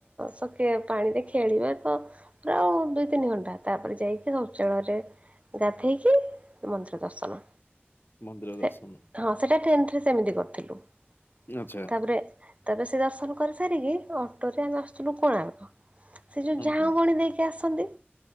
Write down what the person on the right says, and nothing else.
ସକେ ପାଣିରେ ଖେଳିବେ ତ ପୁରା ଆଉ ଦୁଇ ତିନି ଘଣ୍ଟା ତାପରେ ଯାଇକି ଶୌଚାଳୟରେ ଗାଧେଇକି ମନ୍ଦିର ଦର୍ଶନ।
ସେ
ହଁ ସେଟା ଟେନ୍ଥେରେ ସେମିତି କରିଥିଲୁ।
ତାପରେ ତାପରେ ସେ ଦର୍ଶନ କରି ସାରିକି ଅଟୋରେ ଆମେ ଆସୁଥିଲୁ କୋଣାର୍କ। ସେ ଯୋଉ
ଝାଉଁ
ଗଣି ଦେଇକି ଆସନ୍ତି